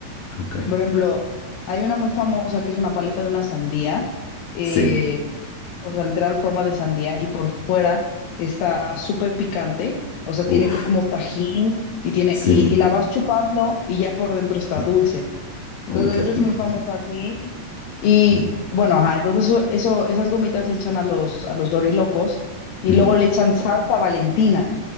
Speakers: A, on the left; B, on the left.
A: Ok.
B: por ejemplo, hay una muy famosa que es una paleta de una sandía, eh,
A: Sí.
B: o sea, literal forma de sandía, y por fuera está súper picante, o sea,
A: Uf.
B: tiene como tajín y, tiene,
A: Sí.
B: y, y la vas chupando y ya por dentro está
A: mm,
B: dulce. Entonces,
A: Uy, qué
B: esa
A: rico.
B: es muy famosa aquí. Y
A: mm,
B: bueno, ajá, entonces eso, eso, esas gomitas le echan a los, a los dorilocos y
A: ujú,
B: luego le echan salsa Valentina.